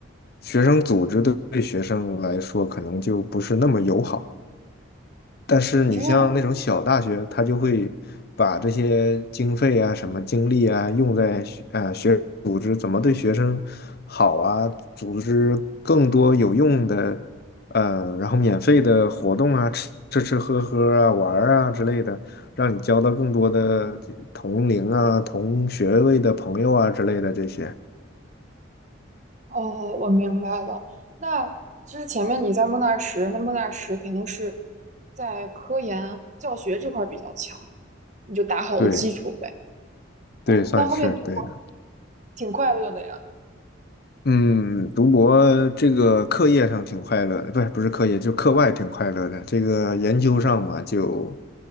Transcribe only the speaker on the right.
哦这样，
哦，我明白了。那就是前面你在莫纳什，那莫纳什肯定是在科研教学这块儿比较强，你就打好了基础呗。
哦，
那后面读博挺快乐的呀。